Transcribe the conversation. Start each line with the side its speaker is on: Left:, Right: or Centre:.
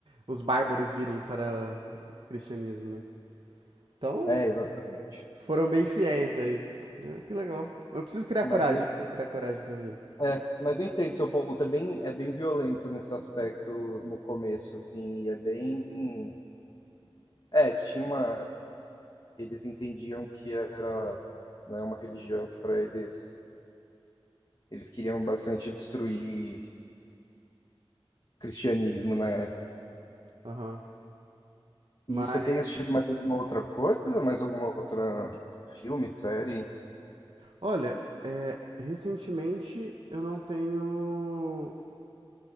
Right: os bárbaros virem para o cristianismo, né? Então,
Left: É, exatamente.
Right: foram bem fiéis aí. É, Que legal. Eu preciso criar
Left: Mas
Right: coragem,
Left: eu,
Right: preciso criar coragem pra ver.
Left: é, mas eu entendo seu ponto, é bem, é bem violento nesse aspecto no começo, assim, e é bem. É, tinha uma. eles entendiam que era, né, uma religião que para eles eles queriam basicamente destruir o cristianismo na época.
Right: Aham. Mas,
Left: E você tem assistido mais alguma outra coisa? Mais alguma outra filme, série?
Right: olha, é, recentemente eu não tenho